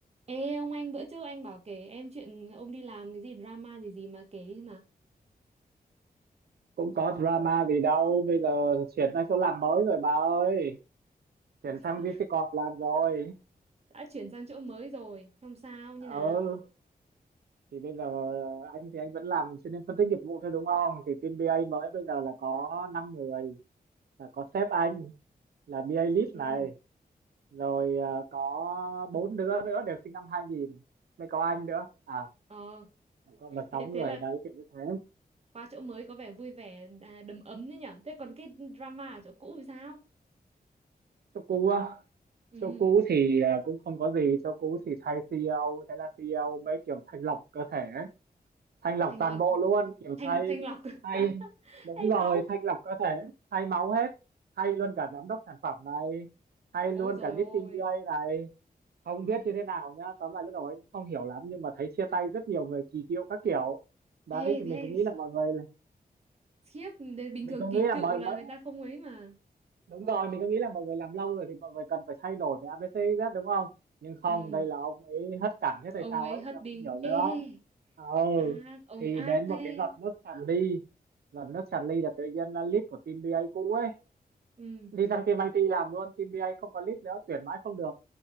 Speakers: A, on the right (about 40°); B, on the right (about 85°).
A: Ê ông anh bữa trước anh bảo kể em chuyện ông đi làm cái gì drama gì gì mà kể đi mà
B: cũng có drama gì đâu bây giờ chuyển sang chỗ làm mới rồi bà ơi chuyển
A: <laughs>
B: sang VC Corp làm rồi
A: đã chuyển sang chỗ mới rồi không sao như
B: ừ
A: nào
B: thì bây giờ anh thì anh vẫn làm chuyên viên phân tích nghiệp vụ thôi đúng không thì team BA mới bây giờ là có năm người là có sếp anh là BA lead
A: ừ
B: này rồi à, có bốn đứa nữa đều sinh năm hai nghìn mới có anh nữa à
A: ờ
B: tổng là
A: thế
B: sáu người
A: thế là
B: đấy kiểu như thế
A: qua chỗ mới có vẻ vui vẻ à, đầm ấm đấy nhở thế còn cái drama ở chỗ cũ thì sao
B: cho cú á
A: ừ
B: cho cú thì à, cũng không có gì cho cú thì thay CEO thế là CEO mới kiểu thanh lọc cơ thể ấy. thanh lọc
A: thành
B: toàn
A: lập
B: bộ luôn kiểu
A: thành
B: thay
A: thành lọc
B: thay
A: <laughs>
B: đúng
A: thay
B: rồi
A: máu
B: thanh lọc cơ thể thay máu hết thay luôn cả giám đốc sản phẩm này thay
A: ôi
B: luôn
A: rồi
B: cả lead
A: ôi
B: team BA này không biết như thế nào nhá tóm lại lúc đầu ấy cũng không hiểu lắm nhưng mà thấy chia tay rất nhiều người kỳ cựu các kiểu đấy
A: ê
B: thì
A: thế
B: mình
A: hay
B: cũng nghĩ là mọi người
A: khiếp đến bình
B: mình
A: thường
B: cũng
A: kỳ
B: nghĩ
A: cựu
B: là mọi
A: là
B: người
A: người ta không ấy mà
B: đúng rồi mình có nghĩ là mọi người làm lâu rồi thì mọi người cần phải thay đổi cái a bê xê z đúng không nhưng không
A: ừ
B: đây là ông ấy hất cảnh thế
A: ông
B: tại sao
A: ấy
B: ấy
A: hất
B: tao
A: đi
B: không hiểu
A: ê
B: nữa đó ừ
A: ác ông
B: thì
A: ác
B: đến
A: thế
B: một cái giọt nước tràn ly giọt nước tràn ly là tự nhiên là lead của team BA cũ ấy
A: ừ
B: đi sang team IT làm luôn team BA không có lead nữa tuyển mãi không được